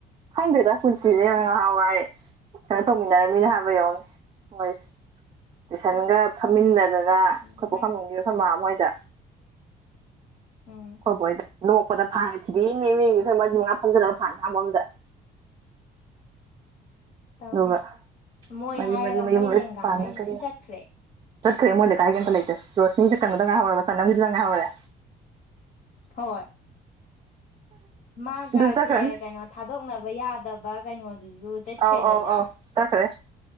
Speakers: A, on the right (about 30°); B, on the left (about 55°).
A: ꯈꯪꯗꯦꯗ ꯄꯨꯟꯁꯤꯖꯦ <unintelligible> ꯅꯍꯥꯟꯋꯥꯏ ꯇꯨꯏꯁꯟ ꯇꯧꯃꯤꯟꯅꯔꯝꯃꯤꯅꯤ ꯍꯥꯕ ꯌꯦꯡꯎꯅꯦ ꯃꯣꯏꯁꯦ ꯇꯨꯏꯁꯟꯒ ꯐꯝꯃꯤꯟꯅ ꯗꯅ
B: ꯎꯝ
A: ꯑꯈꯣꯏ ꯄꯨꯈ꯭ꯔꯝꯕꯝꯒꯤ
B: ꯃꯥꯏ
A: ꯑꯩꯈꯣꯏ ꯃꯥꯃ ꯍꯣꯏꯗ
B: ꯎꯝ
A: ꯈꯣꯢ ꯕꯣꯛ ꯍꯣꯢꯗ ꯅꯣꯡꯄꯗ ꯐꯥꯟꯒꯊꯤꯗꯦꯛꯏꯅꯦꯃꯤ ꯈꯣꯏ ꯃꯔꯤ ꯃꯉꯥ ꯐꯝꯖꯜꯂꯒ ꯐꯥꯟ ꯑꯁꯥꯡꯕ ꯑꯝꯗ
B: ꯇꯧꯅꯤ
A: ꯑꯗꯨꯒ
B: ꯃꯣꯏ
A: ꯃꯔꯤ
B: ꯍꯥꯏꯔꯒ
A: ꯃꯔꯤ ꯃꯌꯨꯝ
B: ꯃꯣꯏ
A: ꯂꯣꯢ
B: ꯂꯦꯡꯒꯥꯉꯩ
A: ꯄꯥꯟꯅꯒ꯭ꯔꯦ
B: ꯂꯣꯏ ꯆꯠꯈ꯭ꯔꯦ
A: ꯆꯠꯈ꯭ꯔꯦ ꯃꯣꯏ ꯂꯩꯀꯥꯏꯒꯤ ꯑꯝꯇ ꯂꯩꯇꯦ ꯔꯣꯁꯅꯤꯒ ꯀꯟꯅꯣꯗ ꯉꯥꯏꯍꯧꯔꯕ ꯁꯅꯝꯒꯤꯗ ꯉꯥꯏꯍꯧꯔꯦ
B: ꯍꯣꯏ ꯃꯥꯒꯁꯦ
A: ꯑꯗꯨ ꯆꯠꯈ꯭ꯔꯅꯤ
B: ꯀꯩꯅꯣ ꯊꯥꯗꯣꯛꯅꯕ ꯌꯥꯗꯕ ꯀꯩꯅꯣ ꯗꯨꯖꯨ ꯆꯠꯈ꯭ꯔꯦꯗꯅ
A: ꯑꯧ ꯑꯧ ꯑꯧ ꯆꯠꯈ꯭ꯔꯦ